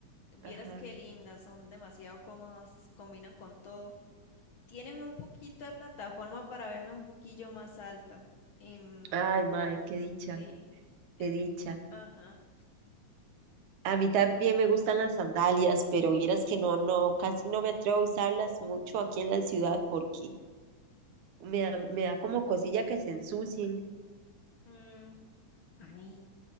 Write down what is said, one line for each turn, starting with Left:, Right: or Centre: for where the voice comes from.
Left: Vieras
Right: Ajá.
Left: qué lindas, son demasiado cómodas, combinan con todo. Tienen un poquito de plataforma para verme un poquillo más alta. Em,
Right: Ay, mae, qué dicha,
Left: sí. Eh,
Right: qué dicha.
Left: ajá.
Right: A mí también me gustan las sandalias, pero vieras que no, no, casi no me atrevo a usarlas mucho aquí en la ciudad porque me, da- me da como cosilla que se ensucien.
Left: Mm, ay,